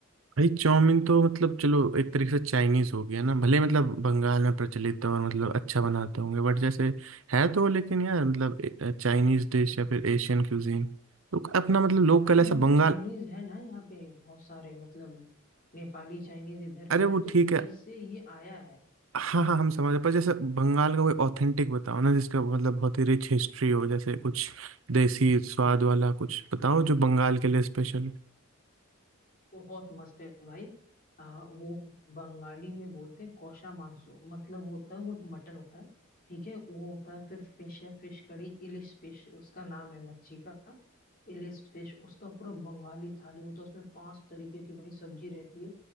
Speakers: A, on the right (about 70°); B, on the left (about 45°).
A: भाई चाउमीन तो मतलब चलो एक तरीके से चाइनीज हो गया ना भले मतलब बंगाल में प्रचलित है और मतलब अच्छा बनाते होंगे बट जैसे है तो लेकिन यार मतलब चाइनीज डिश या फिर एशियन क्यूजीन तो अपना मतलब लोग
B: हाँ
A: कल
B: तो यहाँ
A: ऐसा बंगाल
B: पे चाइनीज है ना यहाँ पे बहुत सारे मतलब नेपाली चाइनीज इधर
A: अरे
B: पे है
A: वो
B: तो उन्हीं
A: ठीक है
B: से ये आया है
A: हाँ हाँ हम समझ रहे हैं, पर जैसे बंगाल का कोई ऑथेंटिक बताओ ना जिसका मतलब बहुत ही रिच हिस्ट्री हो जैसे कुछ देसी स्वाद वाला कुछ बताओ जो बंगाल के लिए स्पेशल
B: बहुत मस्त है भाई आ, वो बंगाली में बोलते हैं कौशा मांसो मतलब होता है वो एक मटन होता है ठीक है वो होता है फिर फिश है फिश कड़ी इलिश फिश उसका नाम है मच्छी का इलिश फिश उसका पूरा बंगाली थाली होता है उसमें पांच तरीके की भाई सब्जी रहती है